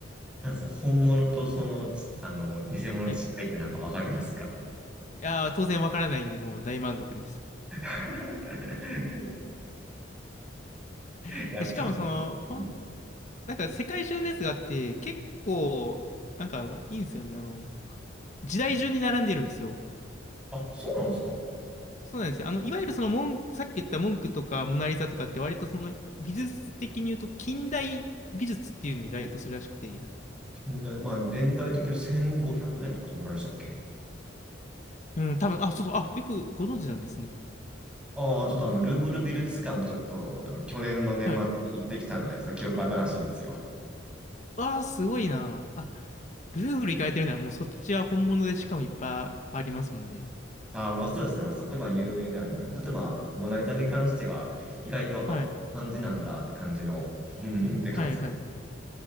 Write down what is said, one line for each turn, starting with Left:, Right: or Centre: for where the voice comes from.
Centre: なんですよ本物とそのち、あの、偽物の違いってなんかわかりますか
Left: はい。いやー、当然わからないんで、もう大満足です。
Centre: <laughs> そう
Left: <laughs>
Centre: やっちゃう。
Left: やしかもその、ほん、
Centre: うん。
Left: なんか世界中のやつがあって、結構、なんかあの、いいんですよね。あの、時代順に並んでるんですよ。
Centre: あ、そうなんですか。
Left: そうなんですよ。あの、いわゆるその文、さっき言った文句とかモナリザとかって割とその美術的に言うと近代美術っていうのに該当するらしくて。
Centre: 近代、まあ、年代的に1500年とかそんぐらいでしたっけ
Left: うん、多分、あ、そうそう、あ、よくご存知なんですね。
Centre: ああー、ちょっとあの、ルーブル美術館をちょっと、あの、去年の年末に行ってきたので、
Left: はい。
Centre: その記憶新しいんですよ。
Left: ああ、すごいな。あ、ルーブル行かれてるならもうそっちは本物でしかもいっぱいありますもんね。
Centre: <laughs> ああ、まあそうですね。あそこは有名ではありますけど、ちょっとまあ、モナリザに関しては、意外と、
Left: はい。
Centre: あ、こんな感じなんだって感じの、<laughs> うんって感じ。
Left: はいはい。